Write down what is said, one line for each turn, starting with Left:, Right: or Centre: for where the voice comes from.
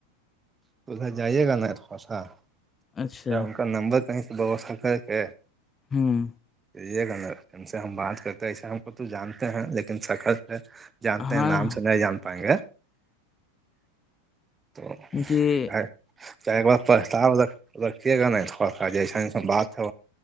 Right: تو ادھر جائیے گا ناسا
Left: اچھا
Right: کیا ان کا نمبر کہیں سے ووستا کر کے
Left: ہوں
Right: یہ گ نا سے ہم بات کرتے ایسے ہم کو تو جانتے ہیں لیکن سخت جانتے
Left: ہاں
Right: ہیں نام سے نہیں جان پائیں گا تو
Left: کہ
Right: چ چائے بپا س ب ت لکے گ نہیں تھوڑا سوڑا اسا ایسا بات ہے